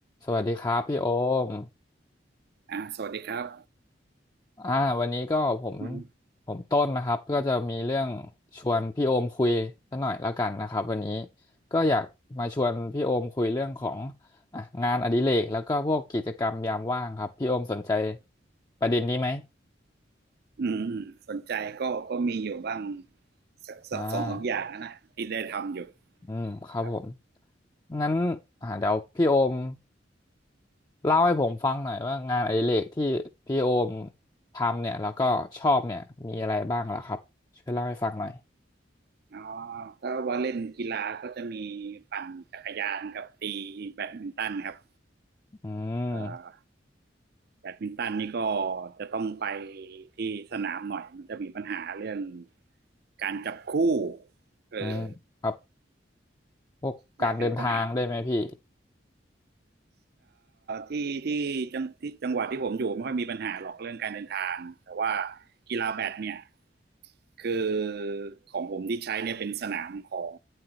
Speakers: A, on the left; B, on the right.
A: สวัสดีครับพี่โอม
B: อ่าสวัสดีครับ
A: อ่าวันนี้ก็ผม
B: มัน
A: ผมต้นนะครับก็จะมีเรื่องชวนพี่โอมคุยสักหน่อยแล้วกันนะครับวันนี้ก็อยากมาชวนพี่โอมคุยเรื่องของอ่ะงานอดิเรกแล้วก็พวกกิจกรรมยามว่างครับพี่โอมสนใจประเด็นนี้ไหม
B: อืมอืมสนใจก็ก็มีอยู่บ้างสักสักสองสามอย่างนะนะที่ได้ทำอยู่
A: อ่าอืมครับผม
B: ครับ
A: งั้นอ่าเดี๋ยวพี่โอมเล่าให้ผมฟังหน่อยว่างานอดิเรกที่พี่โอมทำเนี่ยแล้วก็ชอบเนี่ยมีอะไรบ้างล่ะครับช่วยเล่าให้ฟังหน่อย
B: อ๋อถ้าว่าเล่นกีฬาก็จะมีปั่นจักรยานกับตีแบดมินตันครับ
A: อืม
B: เอ่อแบดมินตันนี่ก็จะต้องไปที่สนามหน่อยมันจะมีปัญหาเรื่องการจับคู่เออ
A: อืมครับพวกการเดินทางได้ไหมพี่
B: เนี่ยเป็นปัญหา ที่ที่จังที่จังหวัดที่ผมอยู่ไม่ค่อยมีปัญหาหรอกเรื่องการเดินทางแต่ว่ากีฬาแบดเนี่ยคือของผมที่ใช้เนี่ยเป็นสนามของ